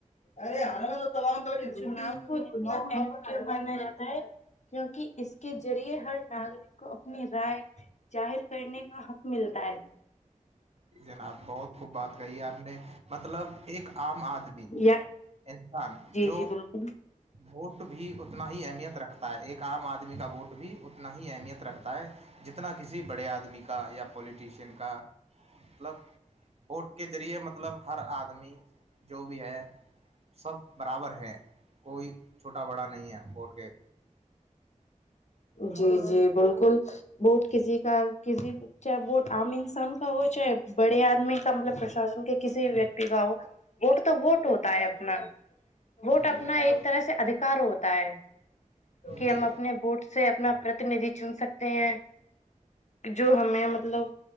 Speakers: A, on the left; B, on the right.
A: ارے ہرم تو ت ک چناب کو من مانا جاتا ہے کیوںکہ اس کے ذریعے ہر ناگرک کو اپنی رائے ظاہر کرنے کا حق ملتا ہے
B: جناب بہت خب بات کہی ہے آپ نے مطلب ایک عام آدمی
A: یا
B: انسان
A: جی
B: جو
A: جی بالکل
B: ووٹ بھی اتنا ہی اہمیت رکھتا ہے ایک عام آدمی کا ووٹ بھی اتنا ہی اہمیت رکھتا ہے جتنا کسی بڑے آدمی کا یا پولیٹیشین کا مطلب ووٹ کے ذریعے مطلب ہر آدمی جو بھی ہے سب برابر ہے کوئی چھوٹا بڑا نہیں ہے بورٹ کے
A: جی جی بالکل بوٹ کسی کا کسی چاہے وہ عام انسان کا ہو چاہے بڑے آدمی کا مطلب پرشاسن کے کسی بھی ویکتی کا ہو ووٹ تو ووٹ ہوتا ہے اپنا ووٹ
B: جی
A: اپنا
B: مطلب
A: ایک طرح سے ادھیکار ہوتا ہے کہ
B: جی
A: ہم اپنے بوٹ سے اپنا پرتیندھی چن سکتے ہیں جو ہمیں مطلب